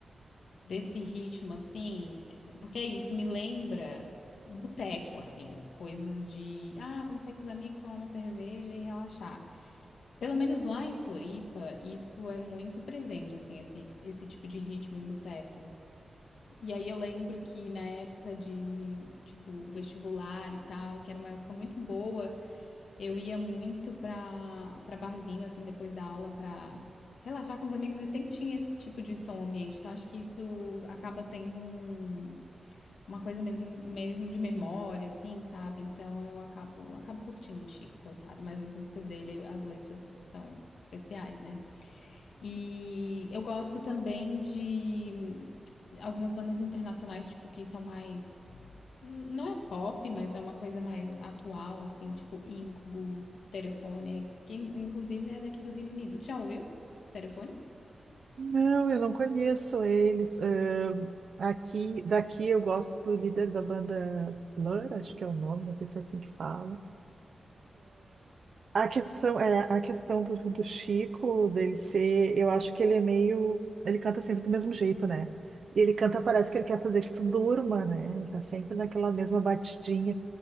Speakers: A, on the left (about 85°); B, on the right (about 50°).
A: desse ritmo, assim, porque é isso, me lembra boteco, assim, coisas de, ah, vamos sair com os amigos, tomar uma cerveja e relaxar. Pelo menos lá em Floripa, isso é muito presente, assim, esse, esse tipo de ritmo em boteco. E aí eu lembro que na época de, tipo, vestibular e tal, que era uma época muito boa, eu ia muito pra, pra barzinho, assim, depois da aula pra relaxar com os amigos e sempre tinha esse tipo de som ambiente. Então acho que isso acaba tendo um, uma coisa mesmo, mesmo de memória, assim, sabe? Então eu acabo, acabo curtindo o Chico, coitado, mas as músicas dele, as letras são especiais, né? E eu gosto também de algumas bandas internacionais, tipo, que são mais. Não é pop, mas é uma coisa mais atual, assim, tipo Incubus, Stereophonics, que inclusive é daqui do Reino Unido. Já ouviu? Stereophonics?
B: Não, eu não conheço eles. Ahn, aqui, daqui eu gosto do líder da banda Blur, acho que é o nome, não sei se é assim que fala. A questão, é, a questão do, do Chico, dele ser, eu acho que ele é meio. Ele canta sempre do mesmo jeito, né? E ele canta, parece que ele quer fazer que tu durma, né? Ele tá sempre naquela mesma batidinha.